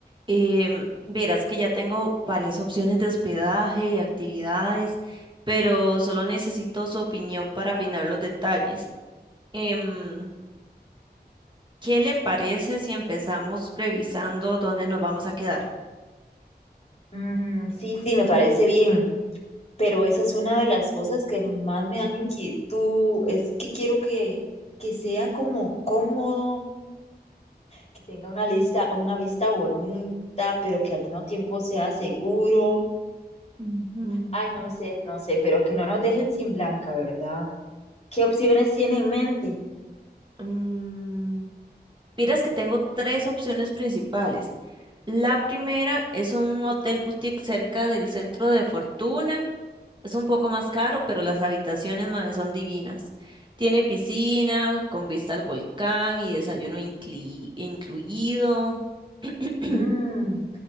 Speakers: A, on the right; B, on the left.
A: Em, verás que ya tengo varias opciones de hospedaje y actividades, pero solo necesito su opinión para afinar los detalles. Em, ¿qué le parece si empezamos revisando dónde nos vamos a quedar?
B: Mm, sí, sí, me parece bien, pero esa es una de las cosas que más me dan inquietud, es que quiero que, que sea como cómodo, que tenga una lista, una vista bonita, pero que al mismo tiempo sea seguro.
A: Ujú.
B: Ay, no sé, no sé, pero que no nos dejen sin blanca, ¿verdad? ¿Qué opciones tiene en mente?
A: Mm, Miras que tengo tres opciones principales. La primera es un hotel boutique cerca del centro de Fortuna. Es un poco más caro, pero las habitaciones mae, son divinas. Tiene piscina con vista al volcán y desayuno incli- incluido. <clears throat>
B: Mm,